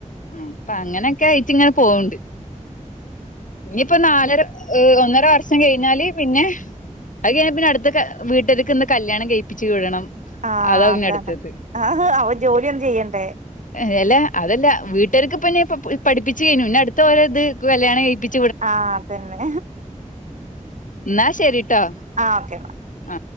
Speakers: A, on the left; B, on the right.
A: ഉം ഇപ്പ അങ്ങനെയൊക്കെ ഇച്ചിങ്ങനെ പോണുണ്ട് ഇനിയിപ്പോ നാലര ഒന്നര വർഷം കഴിഞ്ഞാല് പിന്നെ അയ് കഴിഞ്ഞാ പിന്നെ അടുത്ത വീട്ടാരുക്ക് ചെന്ന് കല്യാണം കഴിപ്പിച്ച് വിടണം
B: ആഹ്
A: അതാ പിന്നെ
B: അതന്നെ
A: അടുത്തത്
B: ആ അവ ജോലിയൊന്നും ചെയ്യണ്ടേ
A: അതേലെ അതല്ല വീട്ടുകാർക്ക് ഇപ്പൊ എന്നെ പ പ പഠിപ്പിച്ച് കഴിഞ്ഞു പിന്ന അടുത്ത ഒര് ഇത് കല്യാണം കഴിപ്പി
B: ആഹ് തന്നെ
A: എന്നാ ശരിട്ടോ
B: ആ ഓക്കെ എന്നാ
A: ആഹ്